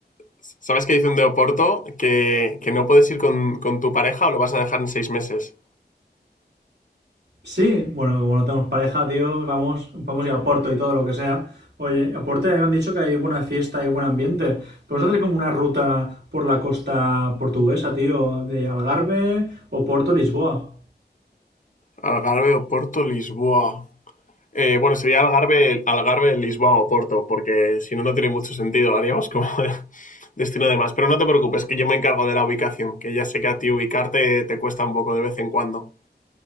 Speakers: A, on the left; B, on the right.
A: ¿Sabes qué dicen de Oporto? Que, que no puedes ir con, con tu pareja o lo vas a dejar en seis meses.
B: Sí, bueno, como no tenemos pareja, tío, vamos, vamos a ir a Porto y todo lo que sea. Oye, a Porto ya me han dicho que hay buena fiesta y buen ambiente. Podemos hacer como una ruta por la costa portuguesa, tío, de Algarve o Porto, Lisboa.
A: Algarve, Oporto, Lisboa. Eh, bueno, sería Algarve, Algarve, Lisboa o Porto, porque si no, no tiene mucho sentido. Haríamos como <laughs> destino de más. Pero no te preocupes, que yo me encargo de la ubicación, que ya sé que a ti ubicarte te cuesta un poco de vez en cuando.